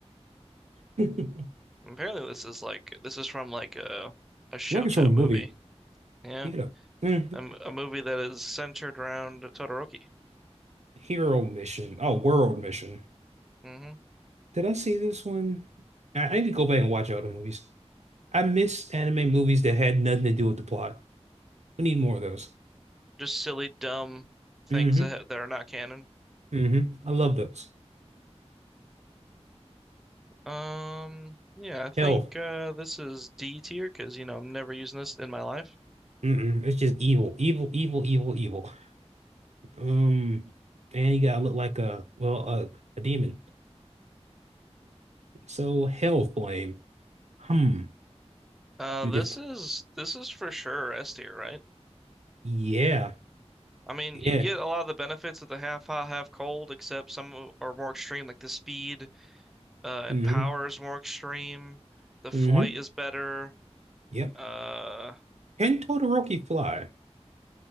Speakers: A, on the right; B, in the centre.
A: <laughs>
B: Apparently, this is like this is from like a a Shoto
A: Like it's from a movie.
B: movie. Yeah.
A: He had a mm,
B: A, m- a movie that is centered around Todoroki.
A: hero mission. Oh, world mission.
B: hmm
A: Did I see this one? I, I need to go back and watch all the movies. I miss anime movies that had nothing to do with the plot. We need more of those.
B: Just silly, dumb things
A: Mm-hmm.
B: that ha- that are not canon.
A: Mm-hmm. I love those.
B: Um, yeah, I think
A: Hell.
B: uh, this is D tier because you know I'm never using this in my life.
A: Mm-mm. It's just evil. Evil, evil, evil, evil. Um, and you gotta look like a well, a, a demon. So hell flame. Hmm.
B: Uh,
A: You
B: this
A: could
B: is this is for sure S tier, right?
A: yeah.
B: I mean,
A: Yeah.
B: you get a lot of the benefits of the half hot, half cold, except some are more extreme, like the speed uh, and
A: Mm-hmm.
B: power is more extreme. The flight
A: Mm-hmm.
B: is better.
A: Yep.
B: Uh,
A: Can Todoroki fly?